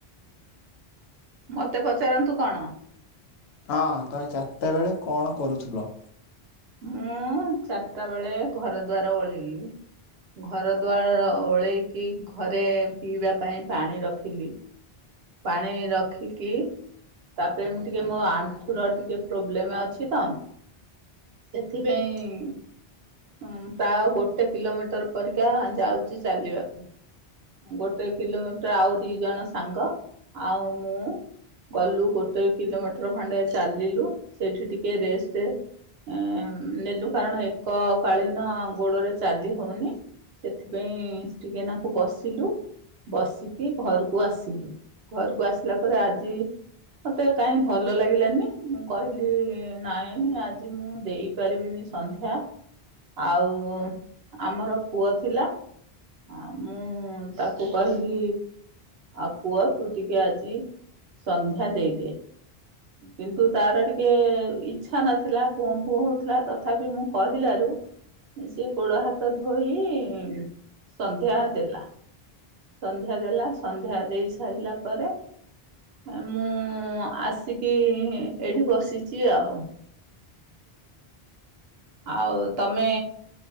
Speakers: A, on the right; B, on the left.
A: ମତେ ପଚାରନ୍ତୁ କଣ।
B: ହଁ ତ ଆଜି ଚାରିଟା ବେଳେ କଣ କରୁଥିଲ?
A: ମୁଁ ଚାରିଟା ବେଳେ ଘର ଦୁଆାର ଓଳେଇଲି। ଘର ଦ୍ୱାର ଓଳେଇକି ଘରେ ପିଇବା ପାଇଁ ପାଣି ରଖିଲି। ପାଣି ରଖିକି ତାପରେ ମୁଁ ଟିକେ ମୋ ଆଣ୍ଠ ଣ୍ଠୁ ର ଟିକେ ପ୍ରୋବ୍ଲେମ ଅଛି ତ ସେଥିପାଇଁ। ଉଁ ପ୍ରାୟ ଗୋଟେ କିଲୋମିଟର ପରିକା ଯାଉଛି ଚାଲିବାକୁ। ଗୋଟେ କିଲୋମିଟର ଆଉ ଦି ଜଣ ସାଙ୍ଗ ଆଉ ମୁଁ। ଗଲୁ ଗୋଟେ କିଲୋମିଟର ଖଣ୍ଡେ ଚାଲିଲୁ ସେଇଠି ଟିକେ ରେଷ୍ଟ ଏଁ ନେଲୁ କାରଣ ଏକ କାଳୀନ ଗୋଡ଼ରେ ଚାଲି ହଉନି ସେଥିପାଇଁ ଟିକେ ନାକୁ ବସିଲୁ। ବସିକି ଘରକୁ ଆସିଲୁ ଘରକୁ ଆସିଲା ପରେ ଆଜି। ମତେ କାଇଁ ଭଲ ଲାଗିଲାନି ମୁଁ କହିଲି ନାଇଁ ଆଜି ମୁଁ ଦେଇ ପାରିବିନି ସ ସନ୍ଧ୍ୟା ଆଉ ଆମର ପୁଅ ଥିଲା। ଆ ମୁଁ ତାକୁ କହିଲି ଆଉ ପୁଅ। ତୁ ଟିକେ ଆଜି ସନ୍ଧ୍ୟା ଦେଇଦେ। କିନ୍ତୁ ତାର ଟିକେ ଇଚ୍ଛା ନଥିଲା ଗୁଁ ପୁ ହଉଥିଲା ତଥାପି ମୁଁ କହିଲାରୁ। ସିଏ ଗୋଡ, ହାତ ଧୋଇ ଉଁ ସନ୍ଧ୍ୟା ଦେଲା। ସନ୍ଧ୍ୟା ଦେଲା ସନ୍ଧ୍ୟା ଦେଇ ସାରିଲା ପରେ। ମୁଁ ଆସିକି ଏଇଠି ବସିଛି ଆଉ। ଆଉ ତମେ।